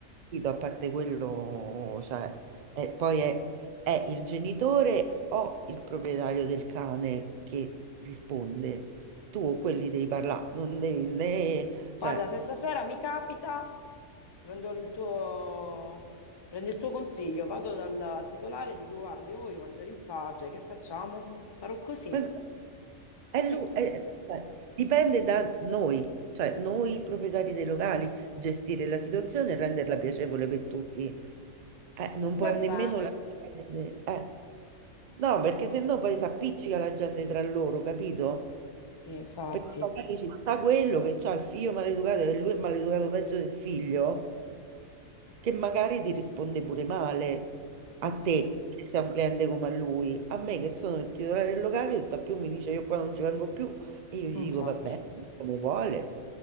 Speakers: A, on the right (about 65°); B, on the left (about 25°).
A: partito, a parte quello, cioè, è- poi è, è il genitore o il proprietario del cane che risponde. Tu o quelli devi parlare, non devi né...
B: guarda,
A: Cioè,
B: se stasera mi capita, prendo il tuo, prendo il tuo consiglio, vado dal titolare e dico, guarda, io voglio mangiare in pace, che facciamo? Farò così.
A: ma- è
B: Sì.
A: lu- è- cioè, dipende da noi, cioè noi proprietari dei locali, gestire la situazione e renderla piacevole per tutti. Eh, non puoi
B: Va bene.
A: nemmeno lasciare... eh. No, perché sennò poi si appiccica la gente tra loro, capito?
B: Sì, infatti.
A: Perché magari ci sta quello che ha il figlio maleducato e lui è maleducato peggio del figlio, che magari ti risponde pure male a
B: Mm,
A: te
B: mm,
A: che sei un cliente come a lui. A me che sono il titolare del locale, tutt'al più mi dice io qua non ci vengo più e io gli
B: Infatti.
A: dico va bene, come vuole.